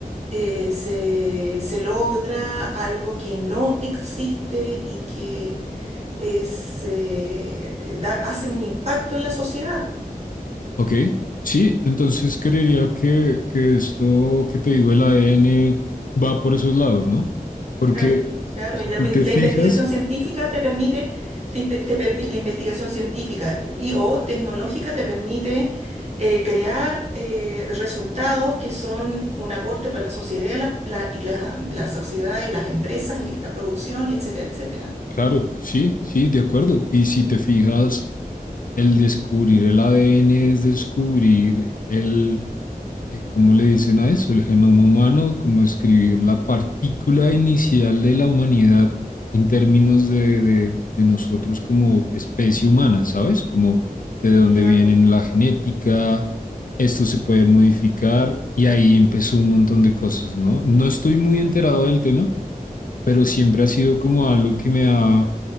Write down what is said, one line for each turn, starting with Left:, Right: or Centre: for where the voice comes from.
Right: eh, se, se logra algo que no existe y que es, eh, da- hace un impacto en la sociedad.
Left: Ok, sí, entonces creería que, que esto que te digo, el ADN va por esos lados, ¿no? Porque
Right: Claro, claro.
Left: si
Right: Y la,
Left: tú
Right: la
Left: te fijas,
Right: investigación científica te permite, te, impe- te permi- la investigación científica y o tecnológica te permite eh, crear eh, resultados que son un aporte para la sociedad, la, la- y la, la sociedad y las empresas y la producción, y etcétera, etcétera.
Left: claro,
Right: ¿Entiendes?
Left: sí, sí, de acuerdo. Y si te fijas, el descubrir el ADN es descubrir el, eh, ¿cómo le dicen a eso? El genoma humano, como escribir la partícula inicial de la humanidad en términos de, de- de nosotros como especie humana, ¿sabes? Como de dónde
Right: Claro.
Left: vienen la genética, esto se puede modificar y ahí empezó un montón de cosas, ¿no? No estoy muy enterado del tema, pero siempre ha sido como algo que me ha,